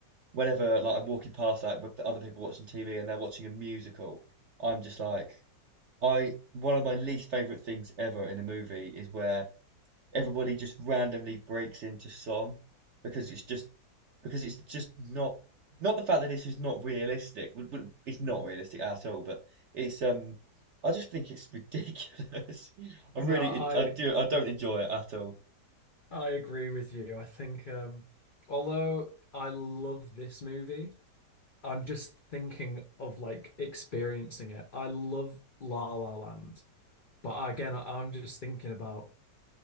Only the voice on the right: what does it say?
whenever like I'm walking past like with the other people watching TV and they're watching a musical, I'm just like, I one of my least favorite things ever in a movie is where everybody just randomly breaks into song because it's just because it's just not not the fact that this is not realistic. w- w- It's not realistic at all, but it's um I just think it's ridiculous. <laughs> I
really
it, I do I don't enjoy it at all.